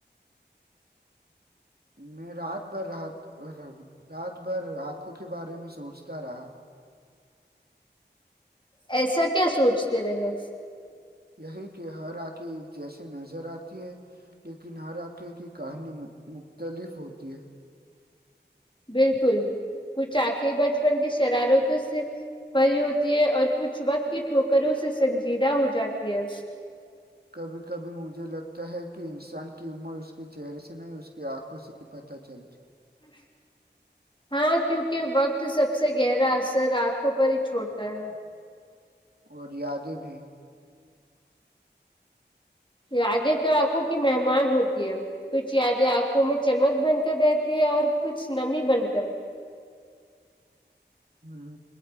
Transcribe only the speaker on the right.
میں رات بھر رات رات بھر آنکھوں کے بارے میں سوچتا رہا
یہی کہ ہر آک ایک جیسی نظر آتی ہے لیکن ہرقے کی کہانی مختلف ہوتی ہے
کبھی کبھی مجھے لگتا ہے کہ انسان کی عمر اس اس کے چہرے سے نہیں اس کی آنکھوں سے ہی پتہ چلتی
اور یادیں بھی
ہوں